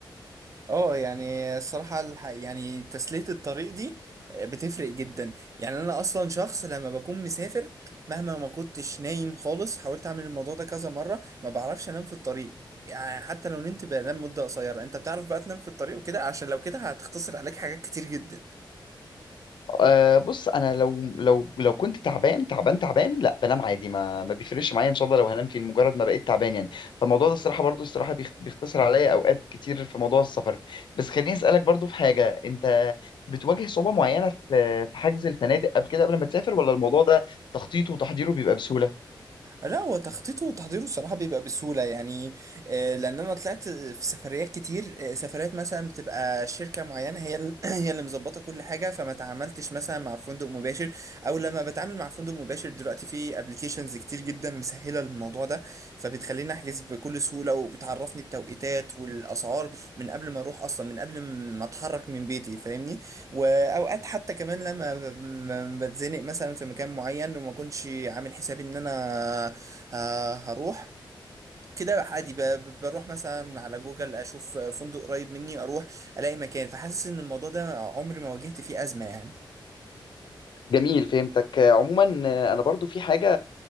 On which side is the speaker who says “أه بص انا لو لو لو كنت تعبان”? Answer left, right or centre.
Left